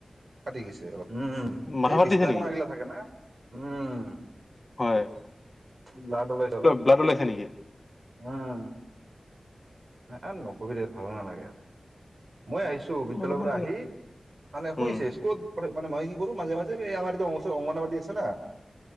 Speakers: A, on the right (about 65°); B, on the left (about 40°).
A: ফাটি গৈছে অলপ উম
B: মাথা
A: এই
B: ফাটিছে
A: বিচনা
B: নেকি
A: কনা গিলা থাকে না উম
B: হয়
A: ব্লাড ওলাইছে অলপ
B: ব্লাড ওলাইছে নেকি
A: উম। ন আৰু নকৰিবি ভাল ন লাগে আৰু। মই আহিছো বিদ্যালয়ৰ
B: অলপমান
A: পৰা আহি মানে
B: উম
A: শুইছে স্কুলত মানে মই কি কৰো মাজে, মাজে আমাৰ এইটো অংগনবাদী আছে না